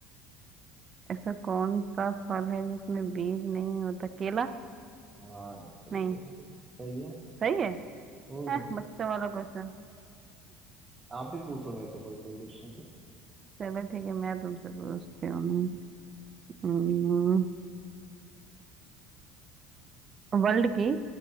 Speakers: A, on the right; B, on the right.
A: ऐसा कौन सा फल है जिसमें बीज नहीं होता केला
B: हाँ सही
A: नहीं
B: है यार, ये तो सही है
A: सही है
B: और
A: एह, बच्चों वाला क्वेश्चन
B: आप भी पूछो मेरे से कोई कोई क्वेश्चन
A: चलो ठीक है मैं तुमसे पूछती हूँ हम्म, वर्ल्ड की